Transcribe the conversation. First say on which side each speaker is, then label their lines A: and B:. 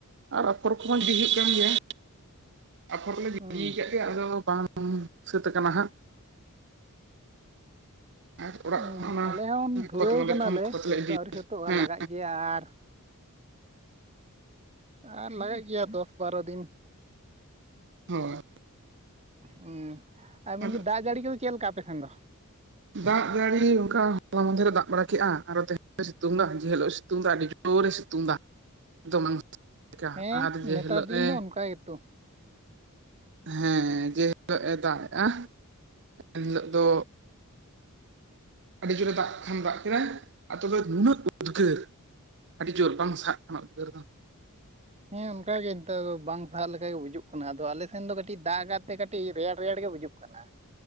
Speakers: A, on the right; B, on the right.
A: ᱟᱨ ᱟᱯᱷᱚᱨ ᱠᱚᱦᱚᱸ ᱤᱫᱤ ᱦᱩᱭᱩᱜ ᱠᱟᱱ ᱜᱮᱭᱟ ᱟᱯᱷᱚᱨ ᱠᱚᱞᱮ ᱜᱤᱰᱤ
B: ᱦᱩᱸ
A: ᱠᱟᱜ ᱜᱮᱭᱟ ᱟᱫᱚ ᱵᱟᱝ ᱥᱟᱹᱛ ᱠᱟᱱᱟ ᱦᱟᱸᱜ ᱟᱨ ᱚᱲᱟᱜ
B: ᱦᱩ
A: ᱠᱷᱚᱱ ᱚᱱᱟ
B: ᱟᱞᱮ ᱦᱚᱸ ᱫᱷᱩᱨᱟᱹᱣ
A: ᱠᱷᱚᱛ ᱢᱚᱫᱮ
B: ᱠᱟᱱᱟᱞᱮ
A: ᱠᱷᱚᱱ ᱠᱷᱚᱛ
B: ᱥᱟᱹᱛ
A: ᱞᱮ ᱤᱫᱤᱭ
B: ᱫᱚ ᱟᱹᱣᱨᱤ ᱥᱟᱹᱛᱚᱜᱼᱟ
A: ᱦᱮᱸ
B: ᱞᱟᱜᱟᱜ ᱜᱮᱭᱟ ᱟᱨ ᱟᱨ ᱞᱟᱜᱟᱜ ᱜᱮᱭᱟ ᱫᱚᱥ ᱵᱟᱨᱚ ᱫᱤᱱ
A: ᱦᱳᱭ
B: ᱦᱩ ᱟᱨ ᱢᱮᱱᱫᱟᱹᱧ
A: ᱟᱫᱚ
B: ᱫᱟᱜ ᱡᱟᱹᱲᱤ ᱠᱚᱫᱚ ᱪᱮᱫ ᱞᱮᱠᱟ ᱟᱯᱮ ᱥᱮᱱ ᱫᱚ
A: ᱫᱟᱜ ᱡᱟᱹᱲᱤ ᱚᱱᱠᱟ ᱦᱚᱞᱟ ᱢᱟᱫᱷᱮᱨ ᱮ ᱫᱟᱜ ᱵᱟᱲᱟ ᱠᱮᱜᱼᱟ ᱟᱨᱷᱚ ᱛᱮᱷᱮᱧ ᱥᱤᱛᱩᱝ ᱫᱟ ᱡᱮ ᱦᱤᱞᱳᱜ ᱥᱤᱛᱩᱝ ᱫᱚ ᱟᱹᱰᱤ ᱡᱳᱨ ᱡᱳᱨᱮ ᱥᱤᱛᱩᱝ ᱫᱟ <inaudible>
B: ᱦᱮᱸ
A: ᱟᱨ
B: ᱱᱮᱛᱟᱨ
A: ᱡᱮ ᱦᱤᱞᱳᱜ
B: ᱫᱤᱱ
A: ᱮ
B: ᱫᱚ ᱚᱱᱠᱟ ᱜᱮᱛᱚ
A: <unintelligible> ᱦᱮᱸ ᱡᱮᱦᱤᱞᱳᱜ ᱮ ᱫᱟᱜ ᱮᱜᱼᱟ ᱮᱱ ᱦᱤᱞᱳᱜ ᱫᱚ ᱟᱹᱰᱤ ᱡᱳᱨᱮ ᱫᱟᱜ ᱠᱷᱟᱱ ᱫᱟᱜ ᱠᱮᱫᱟ ᱟ ᱛᱚᱵᱮ ᱱᱩᱱᱟᱹᱜ ᱩᱫᱽᱜᱟᱹᱨ ᱟᱹᱰᱤ ᱡᱳᱨ ᱵᱟᱝ ᱥᱟᱦᱟᱜ ᱠᱟᱱᱟ ᱩᱤᱫᱽᱜᱟᱹᱨ ᱫᱚ
B: ᱦᱮᱸ ᱚᱱᱠᱟ ᱜᱮ ᱱᱮᱛᱟᱨ ᱫᱚ ᱵᱟᱝ ᱥᱟᱦᱟᱜ ᱞᱮᱠᱟ ᱴᱜᱮ ᱵᱩᱡᱩᱜ ᱠᱟᱱᱟ ᱟᱫᱚ ᱟᱞᱮ ᱥᱮᱱ ᱫᱚ ᱠᱟᱹᱴᱤᱡ ᱫᱟᱜ ᱠᱟᱜ ᱛᱮ ᱠᱟᱹᱴᱤᱡ ᱨᱮᱭᱟᱲ ᱨᱮᱭᱟᱲ ᱜᱮ ᱵᱩᱡᱩᱜ ᱠᱟᱱᱟ